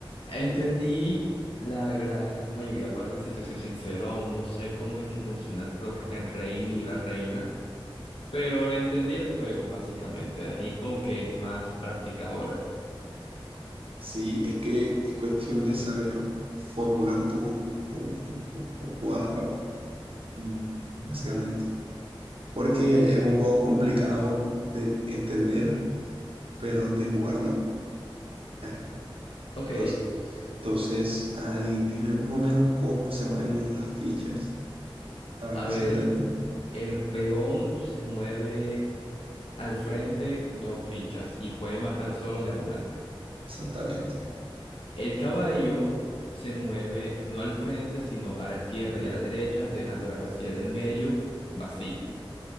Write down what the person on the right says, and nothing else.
cómo te-
Sí, es que es cuestión de saber formular tu ju- ju- ju- ju- jugada, ba- mm, básicamente. Porque
es un juego complicado de entender, pero de jugar no. ¿ya?
Entonces, entonces ajá, di- dime más o menos cómo se mueven las fichas. A ver
si entendí.
Exactamente.